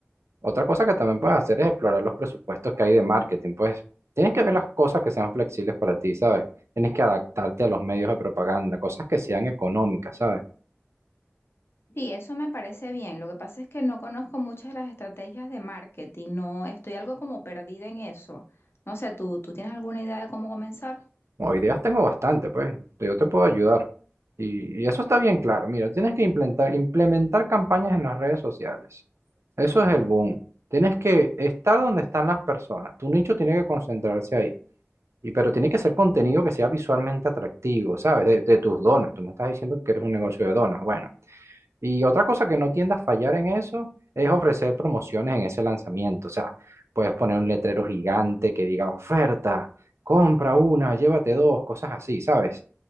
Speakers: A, on the right; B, on the left.
A: Otra cosa que también puedes hacer es explorar los presupuestos que hay de marketing, pues. Tienes que ver las cosas que sean flexibles para ti, ¿sabes? Tienes que adaptarte a los medios de propaganda, cosas que sean económicas, ¿sabes?
B: Sí, eso me parece bien. Lo que pasa es que no conozco muchas de las estrategias de marketing. No, estoy algo como perdida en eso. No sé, ¿tú, tú tienes alguna idea de cómo comenzar?
A: Como ideas tengo bastante, pues yo te puedo ayudar. Y, y eso está bien claro. Mira, tienes que implementar, implementar campañas en las redes sociales. Eso es el boom. Tienes que estar donde están las personas. Tu nicho tiene que concentrarse ahí. Y, pero tiene que ser contenido que sea visualmente atractivo, ¿sabes? De, de tus donas. Tú me estás diciendo que eres un negocio de donas. Bueno, y otra cosa que no tienda a fallar en eso es ofrecer promociones en ese lanzamiento. O sea, puedes poner un letrero gigante que diga oferta, compra una, llévate dos, cosas así, ¿sabes?